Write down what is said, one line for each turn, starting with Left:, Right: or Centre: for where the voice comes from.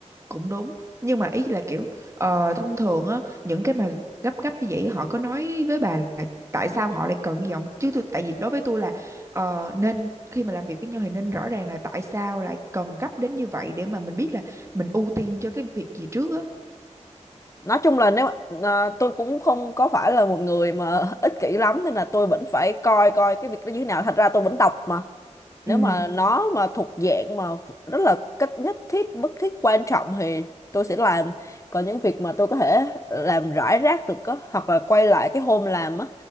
Right: cũng đúng. Nhưng mà ý là kiểu ờ, thông thường á, những cái mà gấp gấp như vậy họ có nói với bà là tại sao họ lại cần như vậy không? Chứ tôi tại vì đối với tôi là ờ, nên khi mà làm việc với nhau thì nên rõ ràng là tại sao lại cần gấp đến như vậy để mà mình biết là mình ưu tiên cho cái việc gì trước á.
Left: nói chung là nếu ờ, tôi cũng không có phải là một người mà <laughs> ích kỷ lắm nên là tôi vẫn phải coi coi cái việc đó như thế nào thật ra tôi vẫn đọc mà nếu
Right: ừ
Left: mà nó mà thuộc dạng mà rất là cách nhất thiết bất thiết quan trọng thì tôi sẽ làm còn những việc mà tôi có thể làm rải rác được á hoặc là quay lại cái hôm làm á